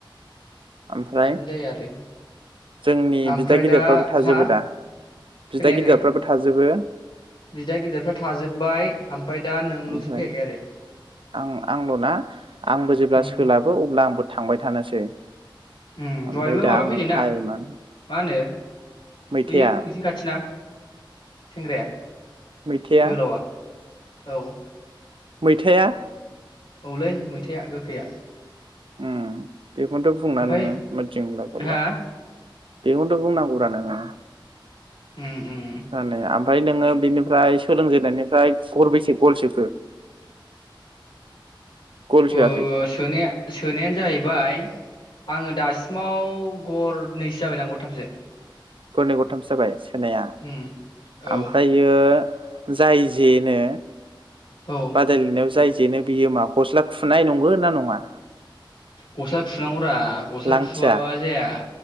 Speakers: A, on the right (about 80°); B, on the left (about 70°).
A: ओमफ्राय
B: जायो आरो
A: जोंनि
B: ओमफ्राय
A: बिदा गिदिरफ्राबो
B: दा
A: थाजोबो
B: हा
A: दा बिदा
B: खोनायाखै
A: गिदिरफ्राबो थाजोबो
B: बिदा गिदिरफ्रा थाजोब्बाय ओमफ्राय दा नोंल'सो
A: ओमफ्राय
B: फैयाखै आरो
A: आं आंल ना आंबो जेब्ला
B: उम
A: सोलाबो अब्ला आंबो थांबाय थानोसै।
B: चम
A: ओमफ्राय
B: दहायबो
A: दा
B: माबा
A: आंनो
B: फैदोंना
A: टाइमा
B: मा होनो
A: मैथाया
B: बैयो नोंसिनि खाथिना। सेंग्राया
A: मैथाया।
B: जोहोलावा औ
A: मैथाया।
B: औलै मैथाया गोखैया।
A: उम बेखौनथ बुंना
B: ओमफ्राय
A: नोङो मिथिं गोलाव गोलाव
B: हा
A: बेखौनोथ बुंनांगौब्रा नोङो।
B: उम उम
A: <unintelligible> ओमफ्राय नोङो बिनिफ्राय सोलों जेननायनिफ्राय गरबेसे गल सोखो? गल सोआखै
B: अ सोनाया सोनायानो जाहैबाय। आङो दासिमाव गरनैसो जाबायदां गरथामसो
A: गरनै गरथामसो जाबाय सो सोनाया
B: उम औ
A: ओमफ्रायो जाय जेनो
B: औ
A: बादायलायनायाव जाय जे जेनो बियो‌ मा गस्ला खुनाय नंगौ ना नङा।
B: गस्ला खुनांगौरा गस्ला
A: लांथिया
B: खुआबा जाया